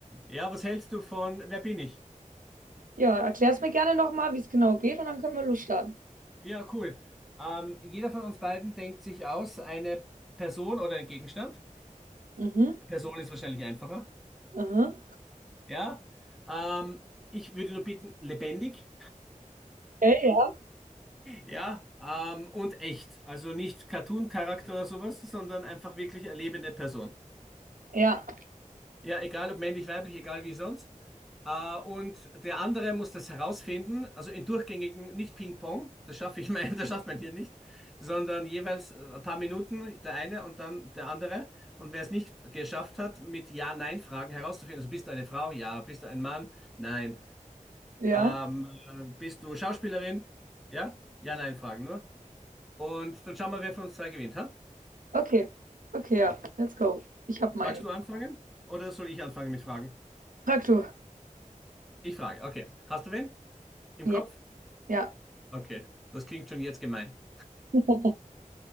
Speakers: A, in the centre; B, on the right.
A: Ja, was hältst du von Wer bin ich?
B: Ja, erklär's mir gerne nochmal, wie es genau geht und dann können wir losstarten.
A: Ja, cool. Ähm, jeder von uns beiden denkt sich aus eine Person oder ein Gegenstand.
B: Mhm,
A: Person ist wahrscheinlich einfacher.
B: aha.
A: Ja. Ähm, ich würde nur bitten, lebendig.
B: Okay, ja.
A: Ja. Ähm, und echt. Also nicht Cartoon-Charakter oder sowas, sondern einfach wirklich eine lebende Person.
B: Ja,
A: Ja, egal ob männlich, weiblich, egal wie sonst. Äh, und der andere muss das herausfinden, also in durchgängigen, nicht Ping-Pong, das schaffe ich mein, <laughs> das schafft man hier nicht, sondern jeweils äh, ein paar Minuten der eine und dann der andere. Und wer es nicht geschafft hat, mit Ja-Nein-Fragen herauszufinden, also bist du eine Frau? Ja. Bist du ein Mann? Nein.
B: ja.
A: Ähm, äh, bist du Schauspielerin? Ja? Ja-Nein-Fragen nur. Und dann schauen wir, wer von uns zwei gewinnt, ha?
B: Okay. Okay, ja. Let's go. Ich habe meinen.
A: Magst du anfangen? Oder soll ich anfangen mit Fragen?
B: Frag du.
A: Ich frage, okay. Hast du wen im
B: Ja,
A: Kopf?
B: ja.
A: Okay, das klingt schon jetzt gemein.
B: <laughs>